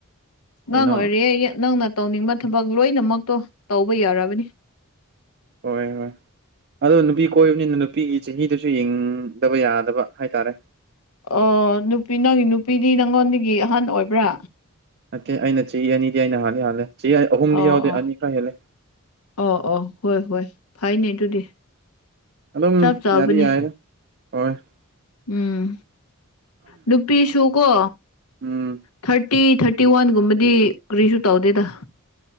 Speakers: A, on the left (about 85°); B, on the right (about 50°).
A: ꯑꯉꯥꯡ
B: ꯀꯩꯅꯣ
A: ꯑꯣꯏꯔꯦ ꯑꯩ ꯅꯪꯅ ꯇꯧꯅꯤꯡꯕ ꯊꯕꯛ ꯂꯣꯏꯅꯃꯛꯇꯣ ꯇꯧꯕ ꯌꯥꯔꯕꯅꯤ
B: ꯍꯣꯏ ꯍꯣꯏ ꯑꯗꯣ ꯅꯨꯄꯤ ꯀꯣꯏꯕꯅꯤꯅ ꯅꯨꯄꯤꯒꯤ ꯆꯍꯤꯗꯨꯁꯨ ꯌꯦꯡꯗꯕ ꯌꯥꯗꯕ ꯍꯥꯏꯇꯥꯔꯦ
A: ꯑꯣ ꯅꯨꯄꯤ ꯅꯪ ꯅꯨꯄꯤꯗꯤ ꯅꯪꯉꯣꯟꯗꯒꯤ ꯑꯍꯟ ꯑꯣꯏꯕ꯭ꯔꯥ
B: ꯅꯠꯇꯦ ꯑꯩꯅ ꯆꯍꯤ ꯑꯅꯤꯗꯤ ꯑꯩꯅ ꯍꯥꯜꯂ ꯍꯥꯜꯂꯦ ꯆ ꯑꯍꯨꯝꯗꯤ
A: ꯑꯣ
B: ꯌꯥꯎꯗꯦ
A: ꯑꯣ
B: ꯑꯅꯤ ꯈꯔ ꯍꯦꯜꯂꯦ
A: ꯑꯣ ꯑꯣ ꯍꯣꯏ ꯍꯣꯏ ꯐꯥꯏꯅꯦ ꯑꯗꯨꯗꯤ
B: ꯑꯗꯨꯝ
A: ꯆꯞ ꯆꯥꯕꯅꯦ
B: ꯌꯥꯗꯤ ꯌꯥꯏꯗ ꯍꯣꯏ
A: ꯎꯝ ꯅꯨꯗꯨꯄꯤ ꯁꯨ ꯀꯣ
B: ꯎꯝ
A: ꯊꯥꯔꯇꯤ ꯊꯥꯔꯇꯤ ꯋꯥꯟꯒꯨꯝꯕꯗꯤ ꯀꯔꯤꯁꯨ ꯇꯧꯗꯦꯗ